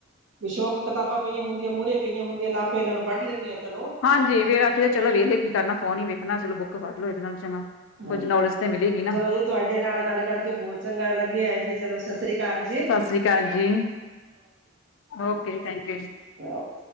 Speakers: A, on the right (about 65°); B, on the left (about 75°).
A: ਬ ਸ਼ੌਕ ਕਿਤਾਬਾਂ ਪਈਆਂ ਹੁੰਦੀਆਂ ਮੂਹਰੇ ਪਆਂ ਹੁੰਦੀਆਂ ਲ ਫਿਰ ਇਹਨਾਂ ਨੂੰ ਪੜ੍ਹ ਲੈਂਦੇ ਹਾਂ ਚਲੋ।
B: ਹਾਂਜੀ ਵੇਰ ਆਖੀ ਚਲੋ ਵੇਖਲੇ ਕੀ ਕਰਨਾ ਫੋਨ ਹੀ ਵੇਖਣਾ ਚਲੋ ਬੁੱਕ ਕਰ ਲੋ ਇਹਦੇ ਨਾਲ ਚੰਗਾ।
A: ਹਮ
B: ਕੁੱਝ ਨੌਲੇਜ ਤੇ ਮਿਲੇਗੀ ਨਾ
A: ਚਲੋ ਜੀ ਤੁਹਾਡੇ ਨਾਲ ਗੱਲ ਕਰਕੇ ਬਹੁਤ ਚੰਗਾ ਲੱਗ ਹੈ ਜੀ ਚਲੋ ਸਤਿ ਸ੍ਰੀ ਅਕਾਲ ਜੀ।
B: ਸਤਿ ਸ਼੍ਰੀ ਅਕਾਲ ਜੀ ਓਕੇ ਥੈਂਕ ਯੂ।
A: ਅਤੇ